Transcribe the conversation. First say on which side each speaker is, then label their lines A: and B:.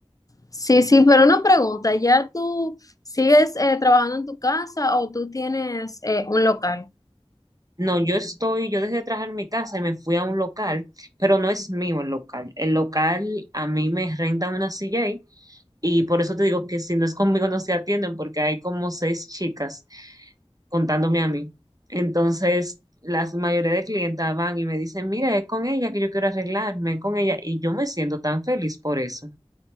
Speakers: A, on the left (about 35°); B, on the right (about 35°).
A: sí, sí, pero una pregunta, ¿ya tú sigues eh, trabajando en tu casa o tú tienes eh, un local?
B: No, yo estoy, yo dejé de trabajar en mi casa y me fui a un local, pero no es mío el local. El local a mí me rentan una silla ahí Y por eso te digo que si no es conmigo no se atienden porque hay como seis chicas contándome a mí. Entonces, la mayoría de clientas van y me dicen, mira, es con ella que yo quiero arreglarme, es con ella. Y yo me siento tan feliz por eso.